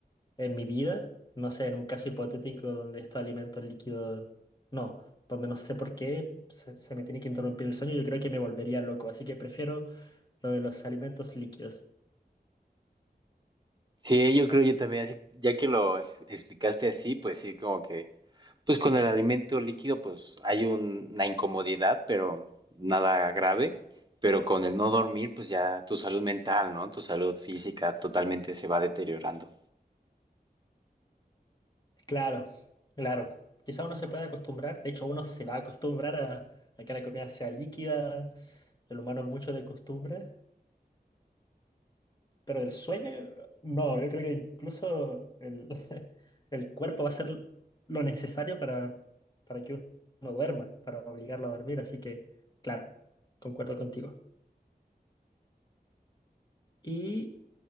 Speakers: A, on the left; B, on the right.
A: en mi vida, no sé, en un caso hipotético donde estos alimentos líquidos, no, donde no sé por qué se, se me tiene que interrumpir el sueño, yo creo que me volvería loco. Así que prefiero lo de los alimentos líquidos.
B: Sí, yo creo yo también, así- ya que lo ex- explicaste así, pues sí, como que, pues con el alimento líquido, pues hay un- una incomodidad, pero nada grave, pero con el no dormir, pues ya tu salud mental, ¿no? Tu salud física totalmente se va deteriorando.
A: Claro, claro. Quizá uno se pueda acostumbrar, de hecho uno se va a acostumbrar a, a que la comida sea líquida, el humano es mucho de costumbre, pero del sueño, no, yo creo que incluso el, <laughs> el cuerpo va a hacer lo necesario para, para que uno duerma, para obligarlo a dormir, así que, claro, concuerdo contigo. Y,